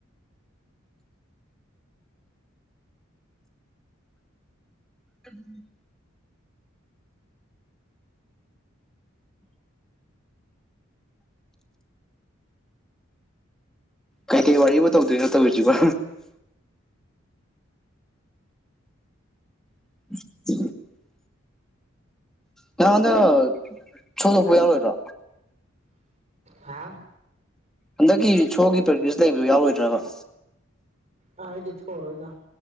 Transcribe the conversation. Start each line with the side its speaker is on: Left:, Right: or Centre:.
Centre: ꯎꯝ ꯀꯩꯀꯩ ꯋꯥꯔꯤꯕꯨ ꯇꯧꯗꯣꯏꯅꯣꯠꯇꯧꯁꯤꯕ <unintelligible> ꯅꯪꯗ ꯆꯣꯂ ꯍꯄ ꯌꯥꯎꯔꯣ ꯑꯣꯏꯔꯣ
Right: ꯍꯥ
Centre: ꯍꯟꯗꯛꯀꯤ ꯁꯣꯒꯤ ꯄ꯭ꯔꯦꯛꯇꯤꯁ ꯂꯩꯕ ꯌꯥꯎꯔꯣꯏꯗ꯭ꯔꯕ
Right: ꯑꯥ ꯑꯩꯗꯤ ꯊꯔꯣꯏꯗ